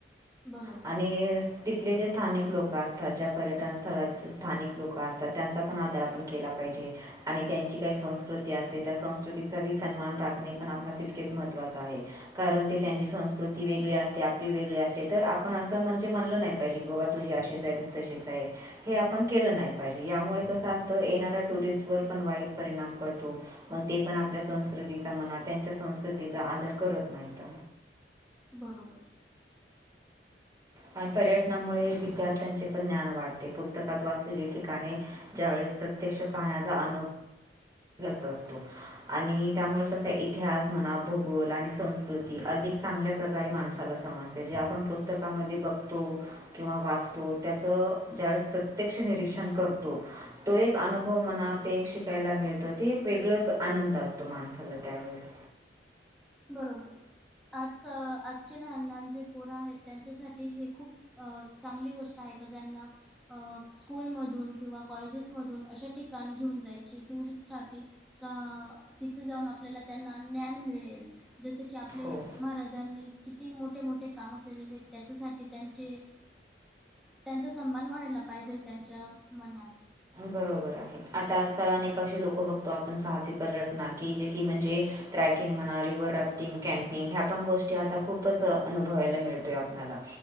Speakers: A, in the centre; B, on the right (about 20°).
A: बरोबर,
B: आणि तिथले जे स्थानिक लोक- क असतात ज्या पर्यटन स्थळाच स्थानिक लोकं असतात, त्यांचा पण आदर आपण केला पाहिजे. आणि त्यांची काही संस्कृती असते, त्या संस्कृतीचा बी सन्मान राखणे पण आपल्याला तितकेच महत्त्वाचं आहे. कारण ते त्यांची संस्कृती वेगळी असते, आपली वेगळी असते, तर आपण असं म्हणजे म्हणलं नाही पाहिजे की बाबा तुझी अशी आशीच आहे, तशीच आहे, हे आपण केलं नाही पाहिजे, यामुळे कसं असतं येणाऱ्या टुरिस्टवर पण वाईटऽ परिणाम पडतो. मग ते पण आपल्या संस्कृतीचा म्हणा, त्यांच्या संस्कृतीचा आदर करत नाहीत.
A: बरोबर.
B: आणि पर्यटनामुळे विद्यार्थ्यांचे पण ज्ञान वाढते पुस्तकात वाचलेली ठिकाणे, ज्यावेेळेस प्रत्यक्ष पाहण्याचा अनुभ जास्त असतो. आणि त्यामुळे कसं आहे इतिहास म्हणा, भूगोल आणि संस्कृती अधिक चांगल्या प्रकारे माणसाला समज ते जे आपण पुस्तकामध्ये बघतो, किंवा वाचतो त्याचं ज्यावेेळेस प्रत्यक्ष निरीक्षण करतो,, तो एक अनुभव म्हणा, ते एक शिकायला मिळ तर ते एक वेगळंच आनंद असतो माणसाला त्यावेळेस.
A: बरोबर आज का आजचे लहान लहान जे पोरं आहेत त्यांच्यासाठी हे खूप. अ चांगली गोष्ट आहे का ज्यांना. अ स्कूलमधून किंवा कॉलेजेसमधून अशा ठिकाणी घेऊन जायची टुरिस्टसाठी. अ तिथं जाऊन आपल्याला त्यांना ज्ञान मिळेल. जस की आपले
B: हो
A: महाराजांनी किती मोठे मोठे काम केलेले त्याच्यासाठी त्यांचे त्यांचा सन्मान वाणायला पाहिजे त्यांच्या मनात.
B: बरोबर आहे आता आजकाल अनेक अशी लोक बघतो आपण साहसी पर्यटणार की जे की म्हणजे ट्रॅकिंग म्हणा रिवर्हर राफ्टिंग कॅम्पिंग ह्या पण गोष्टी आता खूपच अनुभवायला मिळतोय आपला.